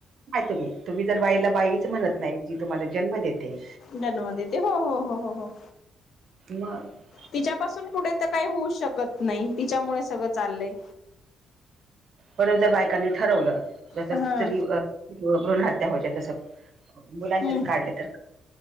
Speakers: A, on the right; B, on the left.
A: नाही तुम्ही तुम्ही जर बाईला बाईच म्हणत नाही जी तुम्हाला जन्म देते.
B: जन्म देते. हो, हो, हो, हो, हो
A: म <unintelligible>
B: तिच्यापासून पुुढे तर काही होऊ शकत नाही, तिच्यामुळे सगळं चाललंय.
A: परत जर बायकांनी ठरवलं जस
B: हा.
A: स्त्री भ्रूण हत्या होयच्या तसं मुलांचेच
B: हम्म
A: काढले तर